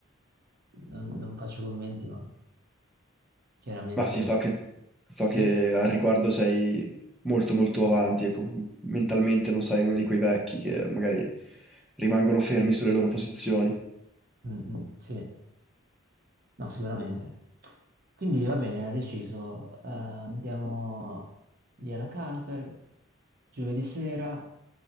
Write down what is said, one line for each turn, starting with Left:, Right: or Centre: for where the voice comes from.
Right: non, non faccio commenti, ma chiaramente
Centre: Ma sì, so che, so
Right: sì.
Centre: che al riguardo sei molto molto avanti, ecco, mentalmente non sei uno di quei vecchi che magari rimangono fermi sulle loro posizioni.
Right: Mm, mm, sì, no, sicuramente. Quindi va bene, ha deciso. Eh, andiamo lì alla Carlsberg giovedì sera,